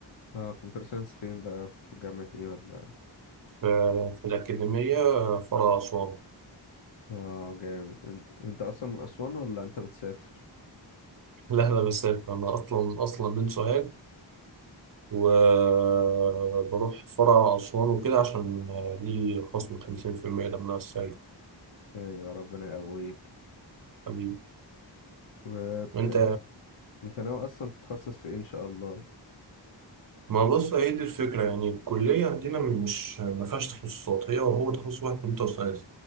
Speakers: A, on the left (about 85°); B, on the right (about 50°).
A: اه كمبيوتر ساينس فين بقى في جامعة ايه ولا
B: في في الأكاديمية آه، فرع أسوان
A: اه جامد انت انت اصلا من اسوان ولا انت بتسافر
B: <laughs> لا أنا بسافر أنا أصلا أصلا من سوهاج وبروح فرع أسوان وكده عشان آه، لي خصم خمسين في المية لما أنا السعيد
A: ايوه ربنا يقويك
B: حبيبي
A: وبت...
B: أنت
A: انت ناوي اصلا تتخصص في ايه ان شاء الله
B: ما بص هي دي الفكرة يعني الكلية عندنا مش ما فيهاش تخصصات هي وهو تخصص واحد كمبيوتر ساينس